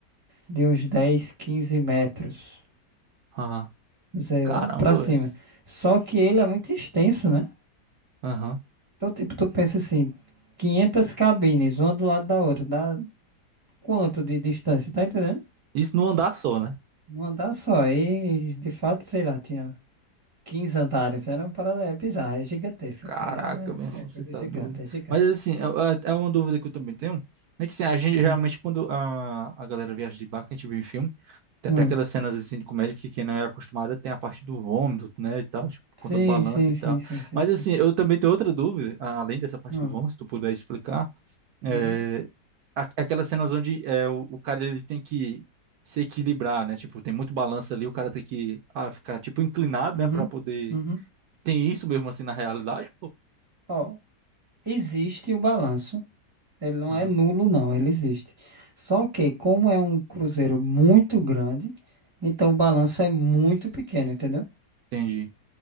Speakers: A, on the right (about 20°); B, on the right (about 70°).
A: de uns 10 15 metros,
B: Aham.
A: não sei,
B: Caramba,
A: pra cima.
B: velho.
A: Só que ele é muito extenso, né?
B: Aham.
A: Então, tipo, tu pensa assim, 500 cabines, uma do lado da outra, dá quanto de distância, tá entendendo?
B: Isso num andar só, né?
A: Um andar só, aí, de fato, sei lá, tinha 15 andares, era uma parada, é bizarra, é gigantesca,
B: Caraca,
A: assim, é,
B: meu irmão,
A: é é coisa
B: você tá
A: gigante,
B: doido.
A: é gigante.
B: Mas assim, é é- é uma dúvida que eu também tenho. É que assim, a gente geralmente
A: Hum.
B: quando a, a galera viaja de barco, a gente vê em filme, tem
A: Hum.
B: até aquelas cenas assim de comédia que quem não é acostumado tem a parte do vômito, né, e tal, tipo, por conta
A: Sim,
B: do balanço
A: sim,
B: e tal.
A: sim, sim, sim,
B: Mas
A: sim.
B: assim, eu também tenho outra dúvida, a- além dessa parte
A: Hum.
B: do vômito, se tu puder explicar, é,
A: Uhum,
B: a- aquelas cenas onde é, o, o cara ele tem que se equilibrar, né? Tipo, tem muito balanço ali, o cara tem que ah, ficar tipo inclinado,
A: uhum,
B: né, pra poder.
A: uhum.
B: Tem isso mesmo assim na realidade?
A: Ó, existe o balanço. Ele não
B: Aham,
A: é nulo, não, ele existe. Só que, como é um cruzeiro muito grande, então o balanço é muito pequeno, entendeu?
B: entendi.